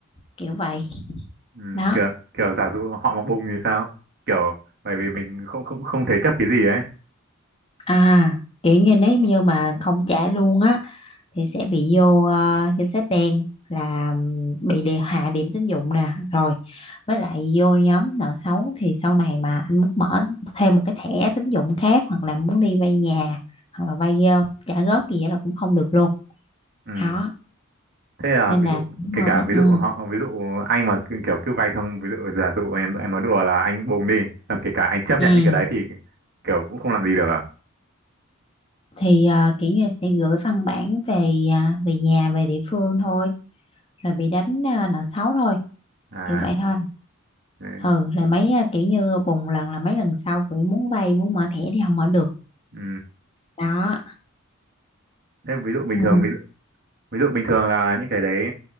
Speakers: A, on the left; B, on the right.
A: kiểu vậy
B: ừ,
A: đó
B: kiểu kiểu giả dụ họ mà bùng thì sao kiểu bởi vì mình không không không thế chấp cái gì ấy
A: à kiểu như nếu như mà không trả luôn á thì sẽ bị vô ờ, danh sách đen là ừm, bị đề hạ điểm tín dụng nè rồi với lại vô nhóm nợ xấu thì sau này mà anh muốn mở thêm một cái thẻ tín dụng khác hoặc là muốn đi vay nhà hoặc là vay ờ, trả góp gì vậy là cũng không được luôn
B: ừ.
A: đó
B: thế là
A: nên
B: ví
A: là
B: dụ
A: cũng
B: kể
A: ờ,
B: cả ví
A: ừ,
B: dụ họ ví dụ anh mà cứ- kiểu cứ vay xong ví dụ giả dụ em em nói đùa là anh bùng đi xong kể cả anh chấp
A: ừ.
B: nhận những cái đấy thì kiểu cũng không làm gì được à
A: thì ờ, kiểu như là sẽ gửi văn bản về à, về nhà về địa phương thôi rồi bị đánh à, nợ xấu thôi
B: à
A: kiểu vậy thôi
B: đấy.
A: ừ là mấy à, kiểu như bùng lần là mấy lần sau cứ muốn vay muốn mở thẻ thì không mở được
B: ừ.
A: đó
B: Thế ví dụ bình
A: ừ.
B: thường ví dụ ví dụ bình thường là những cái đấy